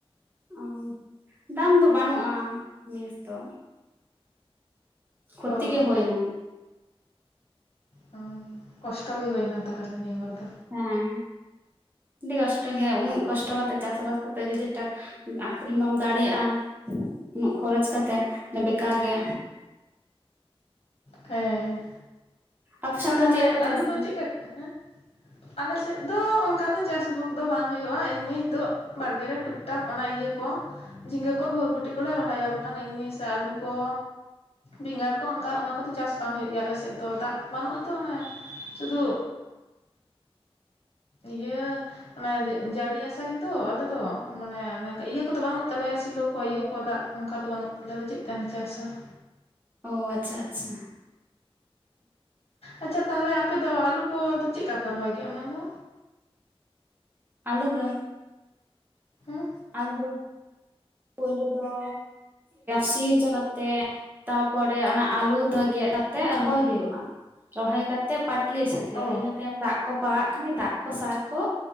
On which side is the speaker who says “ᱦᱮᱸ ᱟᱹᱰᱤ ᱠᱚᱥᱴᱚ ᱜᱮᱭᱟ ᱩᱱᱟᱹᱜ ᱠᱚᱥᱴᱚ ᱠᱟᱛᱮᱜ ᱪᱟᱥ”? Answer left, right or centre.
Right